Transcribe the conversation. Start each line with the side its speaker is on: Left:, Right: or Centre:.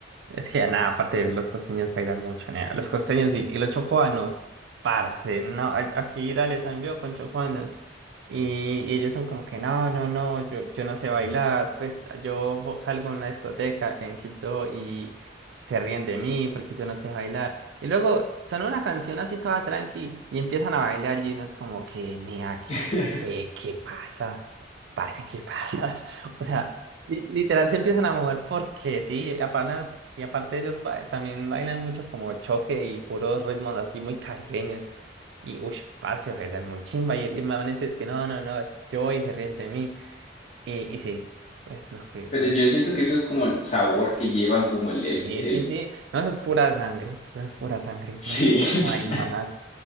Right: Es que nada, aparte los costeños bailan mucho, nea. Los costeños y, y los chocuanos, parce, no, a- aquí dale también veo con chocuanos. Y, y ellos son como que no, no, no, yo, yo no sé bailar, pues yo salgo a una discoteca en Quibdó y se ríen de mí porque yo no sé bailar. Y luego son una canción así toda tranqui y empiezan a bailar y uno es como que, nea, ¿qué,
Left: <laughs>
Right: qué, qué pasa? Parce, ¿qué pasa? <laughs> O sea, Li- Literal se empiezan a mover porque sí, apenas, y aparte ellos ba- también bailan mucho como choque y puros ritmos así muy caribeños. Y uff, parce, bailan muy chimba. Y, y manes es que no, no, no, yo voy y se ríen de mí. Y, y sí, pues no, que
Left: Pero
Right: no.
Left: yo siento que eso es como el sabor que llevan, como el, el,
Right: Sí,
Left: el-
Right: sí, sí. No, eso es pura sangre. Eso es pura sangre.
Left: sí.
Right: No,
Left: <laughs>
Right: no hay más.